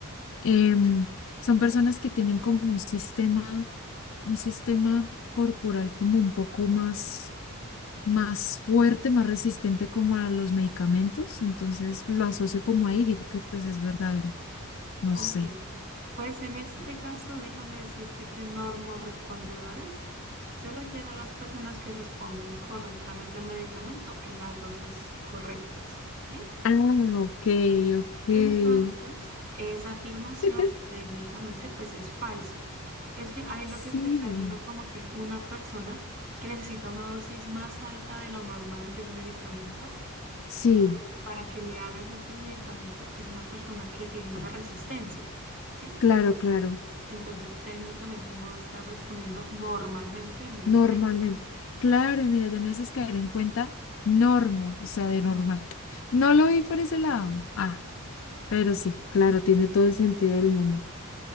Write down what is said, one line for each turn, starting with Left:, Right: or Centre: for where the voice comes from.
Left: em, son personas que tienen como un sistema, un sistema corporal como un poco más más fuerte, más resistente como a los medicamentos, entonces lo asocio como ahí, digo que pues es verdadero, no
Right: Ok.
Left: sé.
Right: Pues en este caso, déjame decirte que normorespondedores se refiere a las personas que responden correctamente al medicamento en las dosis correctas, ¿sí?
Left: Ah, ok, ok.
Right: Entonces, esa afirmación
Left: <laughs>
Right: técnicamente pues es falsa. Es que ahí lo
Left: Sí,
Right: que se está haciendo como que una persona que necesita una dosis más alta de lo normal de un medicamento
Left: sí,
Right: para que le haga efecto el medicamento es una persona que tiene una resistencia, ¿sí?
Left: claro, claro,
Right: Entonces, técnicamente no está respondiendo normalmente al medicamento.
Left: normalmente. Claro, y mira, ya me haces caer en cuenta, normo, o sea, de normal. No lo vi por ese lado. Ah, pero sí, claro, tiene todo el sentido del mundo.